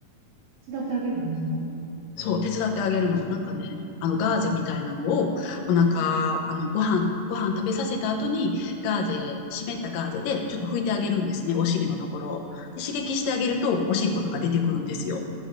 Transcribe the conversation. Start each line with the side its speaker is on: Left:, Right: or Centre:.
Right: 手伝ってあげるんですか
Left: そう、手伝ってあげるの。なんかね、あの、ガーゼみたいなのを、お腹、
Right: ね。
Left: あの、ご飯、ご飯食べさせた後に、ガーゼ、湿ったガーゼで、ちょっと拭いてあげるんですね、お尻のところを。で、刺激してあげると、
Right: うん。
Left: おしっことか出てくるんですよ。